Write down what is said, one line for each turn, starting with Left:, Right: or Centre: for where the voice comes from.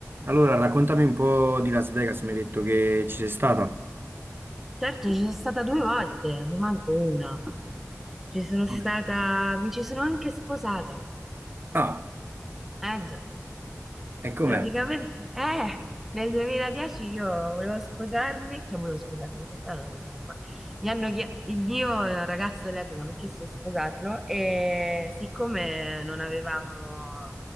Right: Allora, raccontami un po' di Las Vegas, mi hai detto che ci sei stata.
Centre: Certo, ci sono stata due volte, ne manco una. Ci sono
Right: Com'è?
Centre: stata, mi ci sono anche sposata.
Right: Ah,
Centre: Eh già,
Right: e com'è?
Centre: praticamente, eh, nel 2010 io volevo sposarmi, cioè volevo sposarmi, in realtà non- ma mi hanno chie- il mio ragazzo dell'epoca mi ha chiesto di sposarlo e siccome non avevamo,